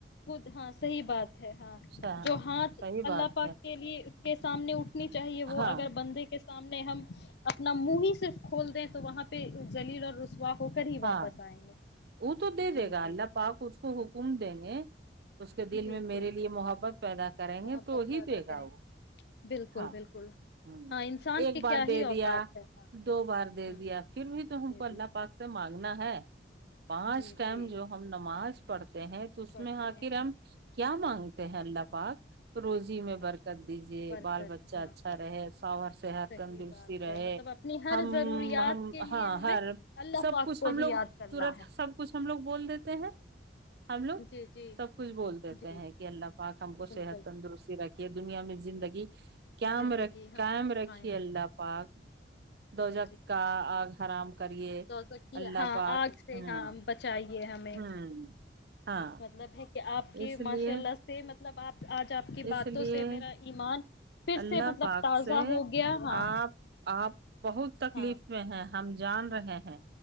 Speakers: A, on the left; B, on the right.
A: خود ہاں صحیح بات ہے ہاں
B: ہاں
A: جو ہاتھ
B: صحیح بات
A: اللہ پاک
B: ہے
A: کے لیے کے سامنے اٹھنی چاہیے بو
B: ہاں
A: اگر بندے کے ہم نے ہم اپنا منہ ہی صرف کھول دیں تو وہاں پہ ذلیل اور رسوا ہو کر ہی
B: ہاں
A: واپس آئیں گے
B: وہ تو دے
A: جی
B: دے گا
A: جی
B: اللہ پاک خود کو
A: ہاں
B: حکم دیں گے اس کے دل
A: جی
B: میں میرے
A: جی
B: لیے محبت پیدا کریں
A: محبت
B: گے تو ہی
A: کا ادا
B: دے
A: کریں
B: گا وہ
A: بالکل
B: ہاں
A: بالکل
B: ہ
A: ہاں انسان
B: ایک
A: کی
B: بار
A: کیا
B: دے
A: ہی اوقات
B: دیا
A: ہے ہاں
B: دو بار دے
A: ہاں
B: دیا پھر بھی تو ہم
A: جی
B: کو اللہ
A: جی
B: پاک سے مانگنا ہے <unintelligible> پانچ
A: جی
B: ٹائم
A: جی
B: جو ہم نماز پڑک <unintelligible> ہیں تو اس
A: پڑھتے
B: میں آخر
A: ہیں
B: ہم کیا مانگتے <unintelligible> پہ ل <unintelligible> پاک روزی میں برکت دیجے
A: ورک
B: بال
A: کر
B: بچہ
A: ہاں
B: اچھا
A: ہاں
B: رہے سر صحت
A: صحیح
B: تندرستی
A: بات
B: رہے
A: ہے مطلب اپنی ہر
B: ہم
A: ضروریات
B: ہم
A: کے لیے
B: ہاں
A: ہمیں
B: ہر <unintelligible>
A: اللہ
B: سب
A: پاک
B: کچھ
A: کو
B: ہم لوگ
A: ہی یاد کرنا
B: ترت
A: ہے
B: سب کچھ ہم لوگ بول دیتے ہیں <unintelligible> ہم لوگ
A: جی جی
B: سب کچھ بول دیتے
A: جی
B: ہیں کہ اللہ پاک ہم کو
A: بالکل
B: صحت تندرستی رکھیے دنیا میں <unintelligible> زندگی <unintelligible> قم
A: زندگی
B: رکھ
A: ہاں
B: قئم
A: قائم
B: رکھیے اللہ پاک دو
A: جی
B: جگت کا آگ حرام کریے
A: بچ
B: اللہ
A: ہاں
B: پاک
A: آگ سے
B: ہوں
A: ہاں بچائی یہ ہمیں
B: ہوں ہاں
A: مطلب ہے <unintelligible> آپ کے
B: اس لیے
A: ماشاء اللہ سے ملب <unintelligible> بات <unintelligible> آج آپ کی
B: اس
A: باتوں
B: لیے
A: سے میرا ایمان پھر
B: اللہ
A: سے مطلب
B: پاک
A: تازہ
B: سے
A: ہو گیا ہاں
B: آپ آپ بہت تکلیف
A: ہاں
B: میں ہیں ہم جان رہے ہیں